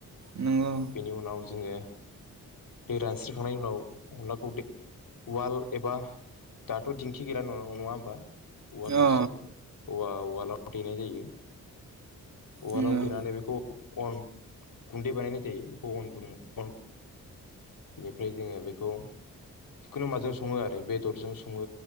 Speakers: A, on the right; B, on the left.
A: नंगौ
B: बेनि उनाव जोङो दै रानस्रो खांनायनि उनाव अनलाखौ दे उवाल एबा दाथ' दिंखि गैला नङ-नङा होमबा उवालल'सै
A: अ
B: औवा उवालाव देनाय जायो उवालाव
A: नंगौ
B: देनानै बेखौ अन गुन्दै बानायनाय जायो बेखौ अन बुं अन बेनिफ्राय जोङो बेखौ जिखुनु माजों सङो आरो बेदरजों संङो